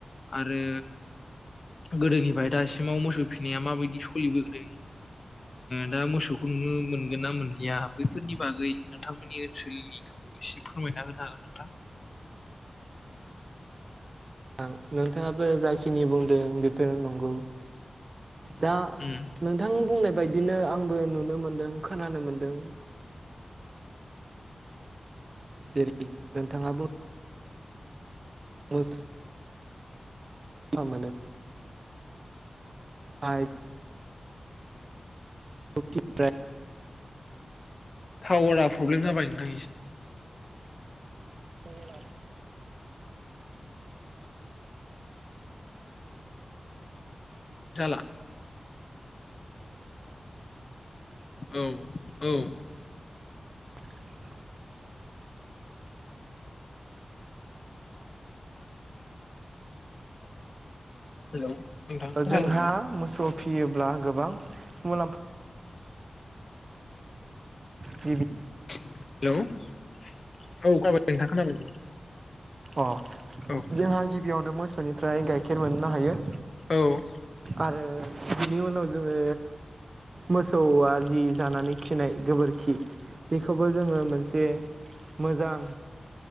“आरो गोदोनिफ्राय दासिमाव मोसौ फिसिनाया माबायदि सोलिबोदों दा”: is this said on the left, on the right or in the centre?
Left